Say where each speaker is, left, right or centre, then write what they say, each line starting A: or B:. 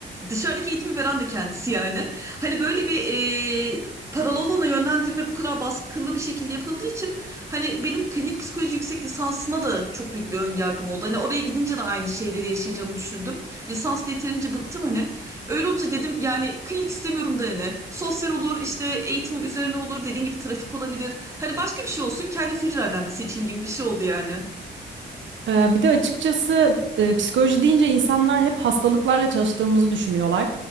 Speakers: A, on the right; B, on the right.
A: Dışarıdaki eğitimi veren de kendisi yani. Hani böyle bir e, paralı olana yönlendirme bu kadar baskılı bir şekilde yapıldığı için hani benim klinik psikoloji yüksek lisansına da çok büyük bir önyargım oldu. Hani oraya gidince de aynı şeyleri yaşayacağımı düşündüm. Lisansla yeterince bıktım hani. Öyle olunca dedim yani klinik istemiyorum da yani. Sosyal olur işte eğitim üzerine olur dediğin gibi trafik olabilir. Hani başka bir şey olsun kendi kültür adamını seçeyim gibi bir şey oldu yani.
B: Ee, Bir de açıkçası e, psikoloji deyince insanlar hep hastalıklarla çalıştığımızı düşünüyorlar.